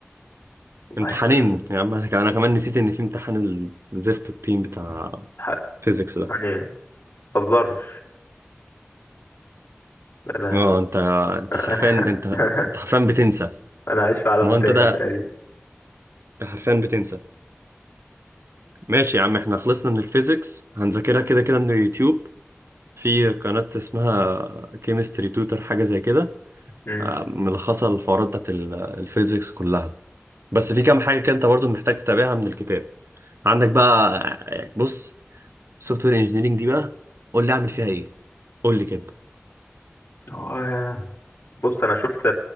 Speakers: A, on the left (about 50°); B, on the right (about 65°).
A: والله
B: امتحانين
A: يا-
B: يا عم انا ك- أنا كمان نسيت ان في امتحان ال- الزفت التيم بتاع
A: حق-
B: فيزيكس ده
A: يعني متهزرش لا لا
B: اه
A: لا
B: انت انت حرفيا
A: أنا
B: انت
A: <laughs> أنا
B: انت حرفيا بتنسى
A: أنا عايش في عالم
B: ما هو
A: تاني
B: انت ده
A: تقريبا
B: انت حرفيا بتنسى ماشي يا عم احنا خلصنا من الفيزيكس هنذاكرها كده كده من اليوتيوب في قناة اسمها كيمستري توتر حاجة زي كده
A: امم
B: آه، ملخصة الحوارات بتاعت ال- الفيزيكس كلها بس في كام حاجة كده انت برضو محتاج تتابعها من الكتاب عندك بقى آه، بص سوفت وير انجينيرنج دي بقى قول لي اعمل فيها ايه قول لي كده
A: هو بص انا شفت